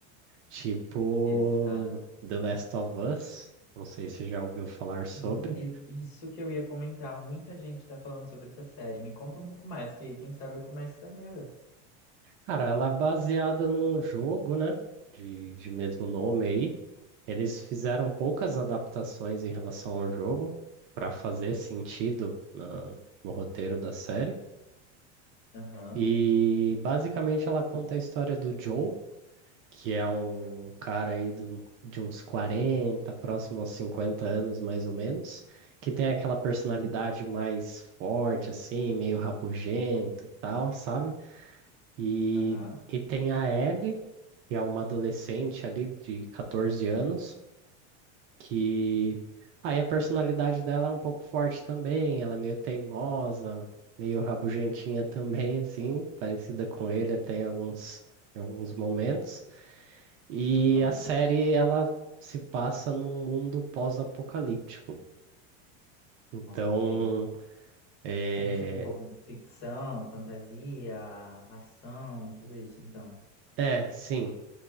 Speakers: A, on the right; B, on the left.
A: Tipo
B: Exato.
A: The Last of Us, não sei se já ouviu falar sobre.
B: Hum, e- Isso que eu ia comentar, muita gente tá falando sobre essa série. Me conta um pouco mais, que aí quem sabe eu começo também a ver.
A: Cara, ela é baseada num jogo, né? De, de mesmo nome aí. Eles fizeram poucas adaptações em relação ao jogo para fazer sentido na- no roteiro da série.
B: Aham.
A: E basicamente ela conta a história do Joe, que é um cara aí do- de uns 40, próximo aos 50 anos mais ou menos, que tem aquela personalidade
B: Hum.
A: mais forte, assim, meio rabugento e tal, sabe? E,
B: Aham.
A: e tem a Ellie, que é uma adolescente ali de 14 anos que aí a personalidade dela é um pouco forte também, ela é meio teimosa, meio rabugentinha <laughs> também, assim, parecida com ele até em alguns, em alguns momentos. E
B: Aham.
A: a série, ela se passa num mundo pós-apocalíptico. Então,
B: Ok.
A: é,
B: Tem tipo um pouco de ficção, fantasia, ação, tudo isso, então.
A: é, sim,